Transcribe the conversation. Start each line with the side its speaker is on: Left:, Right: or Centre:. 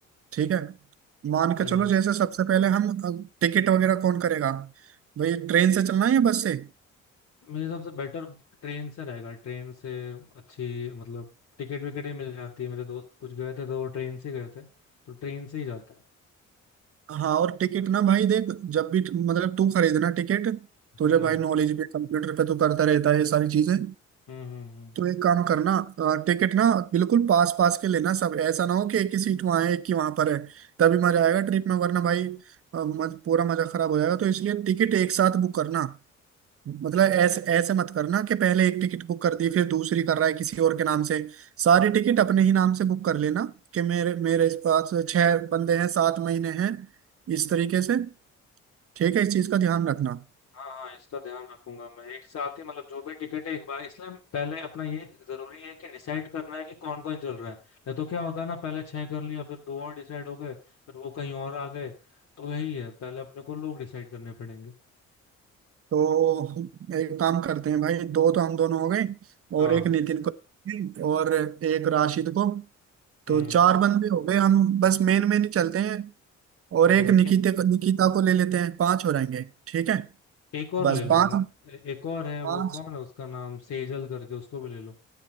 Right: ठीक है मान के
Left: हम्म
Right: चलो जैसे सबसे पहले हम टिकट वगैरह कौन करेगा भाई ट्रेन से चलना है या बस से
Left: मेरे हिसाब से बेटर ट्रेन से रहेगा ट्रेन से अच्छी मतलब टिकट विकेट ही मिल जाती है मेरे दोस्त कुछ गए थे तो वो ट्रेन से ही गए थे तो ट्रेन से ही जाता है
Right: हाँ और टिकट ना भाई देख जब भी मतलब तू खरीदना टिकट तुझे
Left: हम्म
Right: भाई नॉलेज भी कंप्यूटर पे तू करता रहता है ये सारी चीजें
Left: हम्म हम्म हम्म।
Right: तो एक काम करना अ, टिकट ना बिल्कुल पास पास के लेना सब ऐसा ना हो कि एक ही सीट वहाँ है एक ही वहाँ पर है तभी मजा आएगा ट्रिप में वरना भाई अ, मज, पूरा मजा खराब हो जाएगा तो इसलिए टिकट एक साथ बुक करना मतलब ऐसे ऐसे मत करना कि पहले एक टिकट बुक कर दी फिर दूसरी कर रहा है किसी और के नाम से सारी टिकट अपने ही नाम से बुक कर लेना कि मेरे मेरे इस पास छह बंदे हैं सात महीने हैं इस तरीके से ठीक है इस चीज का ध्यान रखना
Left: हाँ हाँ इसका ध्यान रखूंगा मैं एक साथ ही मतलब जो भी टिकट है एक बार इसलिए पहले अपना ये जरूरी है कि डिसाइड करना है कि कौन कौन चल रहा है नहीं तो क्या होता है ना पहले छह कर लिया फिर दो और डिसाइड हो गए फिर वो कहीं और आ गए तो यही है पहले अपने को लोग डिसाइड करने पड़ेंगे
Right: तो हम एक काम करते हैं भाई दो तो हम दोनों हो गए
Left: हाँ
Right: और एक नितिन को और एक राशिद को तो
Left: हम्म
Right: चार बंदे हो गए हम बस मेन मेन ही चलते हैं और
Left: हम्म
Right: एक निकिता को निकिता को ले लेते हैं पांच हो जाएंगे ठीक है
Left: एक और
Right: बस
Left: ले लो
Right: पांच
Left: न- एक और है
Right: पांच
Left: वो कौन है उसका नाम सेजल करके उसको भी ले लो